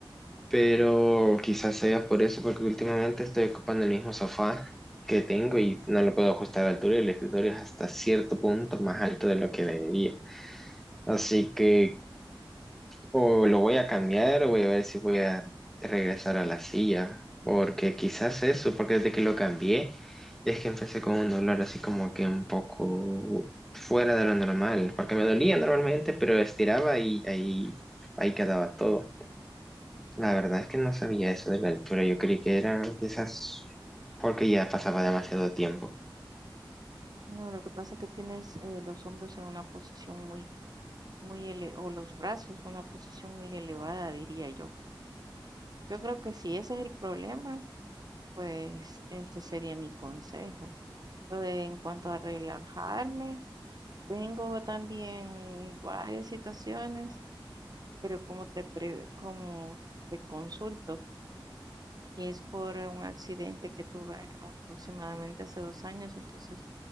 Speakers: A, in the centre; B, on the right.
A: Pero quizás sea por eso, porque últimamente estoy ocupando el mismo sofá que tengo y no lo puedo ajustar a la altura y el escritorio es hasta cierto punto más alto de lo que debería. Así que o lo voy a cambiar o voy a ver si voy a regresar a la silla, porque quizás eso, porque desde que lo cambié es que empecé con un dolor así como que un poco fuera de lo normal, porque me dolía normalmente, pero estiraba y ahí, ahí quedaba todo. La verdad es que no sabía eso de la altura. Yo creí que era quizás porque ya pasaba demasiado tiempo.
B: No, lo que pasa es que tienes eh, los hombros en una posición muy, muy ele o los brazos, una posición muy elevada, diría yo. Yo creo que si ese es el problema, pues ese sería mi consejo. Lo de- en cuanto a relajarme, tengo también varias situaciones, pero como te pre- como te consulto, es por un accidente que tuve aproximadamente hace dos años, entonces